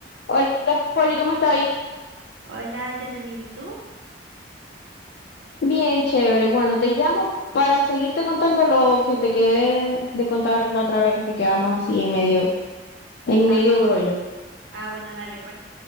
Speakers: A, on the left (about 60°); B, on the right (about 75°).
A: Hola, Foli, ¿cómo está ahí?
B: Hola, Janelvin, ¿y tú?
A: Bien, chévere. Bueno, te llamo para seguirte contando lo que te quedé de contar la otra vez que quedamos así en medio, en
B: Ah,
A: medio brollo.
B: ah, bueno, dale, pues,